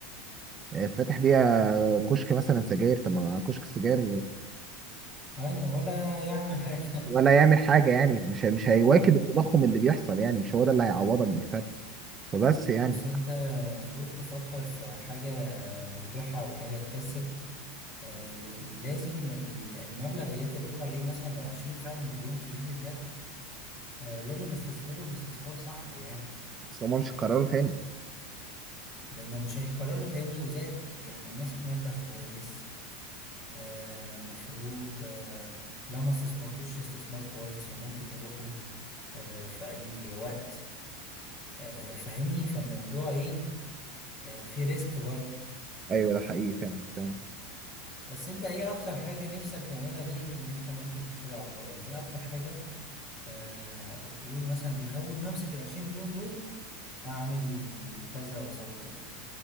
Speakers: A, on the right (about 30°); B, on the left (about 40°).
A: آه، فاتح بيها كشك مثلا سجاير طب ما كشك السجاير
B: ايوه ولا يعمل حاجه
A: ولا يعمل حاجه يعني مش مش هيواكب
B: اه
A: التضخم اللي بيحصل يعني مش هو ده اللي هيعوضك بالفرق فبس يعني
B: بص انت المفروض تفكر في حاجة مربحة وحاجة تكسب آه، لان لازم ال- المبلغ اللي انت بتقول عليه مثلا لو عشرين فعلا مليون في ايدي بجد آه، لازم استثمرهم استثمار صح يعني
A: بس هما مش قرروا تاني
B: لانه مش هيتكرروا تاني وزاد يعني ماسك مبلغ كويس آه، مفروض آه، لو ما استثمرتوش استثمار كويس فممكن يروحوا آه، في اي وقت آه، فاهمني فالموضوع ايه آه، في ريسك برضه
A: ايوه ده حقيقي فعلا فعلا
B: بس انت ايه اكتر حاجة نفسك تعملها غير ان انت ممكن تشتري عقار يعني ايه اكتر حاجة آه بتقول مثلا انا اول ما امسك ال 20 مليون دول اعمل كذا واسوي كذا